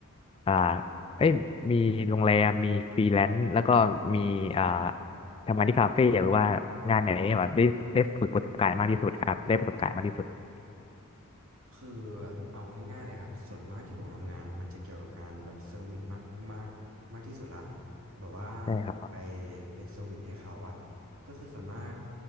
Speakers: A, on the left; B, on the right.
A: อ่าเอ้ยมีโรงแรมมีฟรีแลนซ์แล้วก็มีอ่าทำงานที่คาเฟ่หรือว่างานไหนเนี่ยแบบได้ได้ฝึกประสบการณ์มากที่สุดครับได้ประสบการณ์มากที่สุด
B: คือเอาง่ายๆเลยครับส่วนมากที่ผมทำงานอะมันจะเกี่ยวกับการแบบเซอร์วิสมากมากมากที่สุดละแบบว่า
A: ใช่ครับ
B: ไปเป็นเซอร์วิสให้เขาอะก็คือส่วนมาก